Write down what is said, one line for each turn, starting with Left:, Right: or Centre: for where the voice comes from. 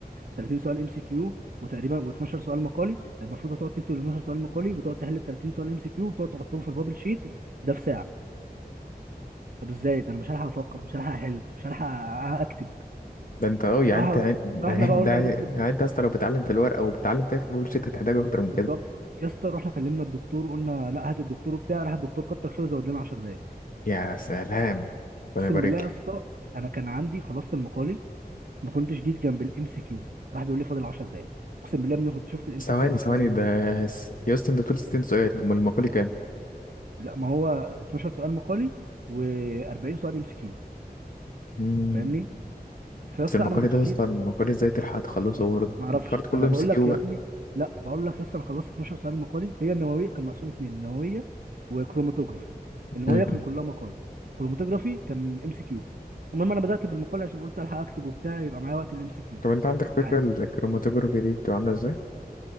Right: 30 سؤال ام سي كيو وتقريبا و12 سؤال مقالي المفروض هتقعد تكتب ال 12 سؤال مقالي وتقعد تحل ال 30 سؤال ام سي كيو وتقعد تحطهم في البابل شيت ده في ساعه طب ازاي ده انا مش هلحق افكر مش هلحق احل مش هلحق اكتب
Left: ده انت اه يعني
Right: راح
Left: انت يعني ده
Right: رحنا بقى
Left: <laughs>
Right: قلنا
Left: ده
Right: يا دكتور
Left: يعني انت اصلا لو بتعلم في الورق او بتعلم تاني في البولشيت هتحتاج اكتر من كده
Right: بالظبط يا اسطى رحنا كلمنا الدكتور قلنا لا هات الدكتور وبتاع راح الدكتور كتر خيره زود لنا 10 دقايق
Left: يا سلام ربنا
Right: اقسم
Left: يبارك
Right: بالله يا
Left: لك
Right: اسطى انا كان عندي خلصت المقالي ما كنتش جيت جنب الام سي كيو راح بيقول لي فاضل 10 دقايق اقسم بالله يا ابني كنت شفت الام
Left: ثواني
Right: سي كيو اصلا
Left: ثواني
Right: ولا
Left: ده س- يا اسطى انت بتقول 60 سؤال امال المقالي كام؟
Right: لا ما هو 12 سؤال مقالي و40 سؤال ام سي كيو
Left: مم.
Right: فاهمني فيا اسطى
Left: بس المقالي
Right: انا ما كنتش
Left: ده
Right: بجيب
Left: يا اسطى المقالي ازاي تلحق تخلصه برضه؟
Right: ما اعرفش
Left: الكارت كله
Right: انا
Left: ام
Right: بقول
Left: سي كيو
Right: لك
Left: بقى
Right: يا ابني لا بقول لك يا اسطى انا خلصت 12 سؤال مقالي هي النوويه كان مقسوم اتنين نوويه وكروماتوجرافي النوويه
Left: مم.
Right: كان كلها مقال كروماتوجرافي كان ام سي كيو المهم انا بدات بالمقال عشان قلت الحق اكتب وبتاع يبقى معايا وقت الام سي كيو
Left: طب انت عندك فكرة
Right: عادي
Left: الكروماتوجرافي دي بتبقى عاملة ازاي؟